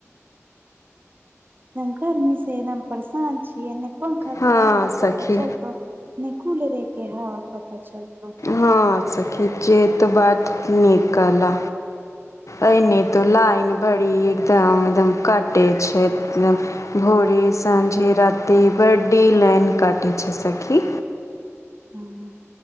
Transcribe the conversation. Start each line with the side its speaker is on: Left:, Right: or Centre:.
Right: गरमी छै परसान छी पंखा के
Left: हँ
Right: आब
Left: सखी
Right: पता चलत ने कुलरे के हवा पता चलतो
Left: हँ सखी छियै तऽ बात नीक कहलऽ अनी त लाइन बड़ी एकदम एकदम कटे छै एकदम भोरे साँझे रााते बर्डे लाइन काटै छै सखी
Right: हूँ